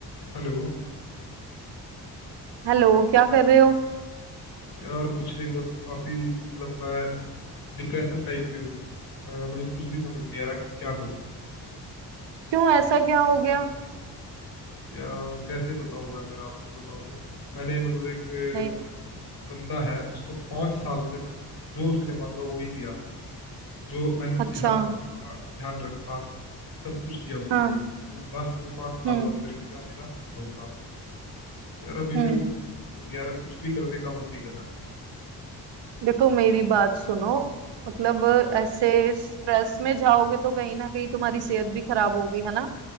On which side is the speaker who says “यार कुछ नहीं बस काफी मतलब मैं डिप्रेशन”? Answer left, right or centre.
Left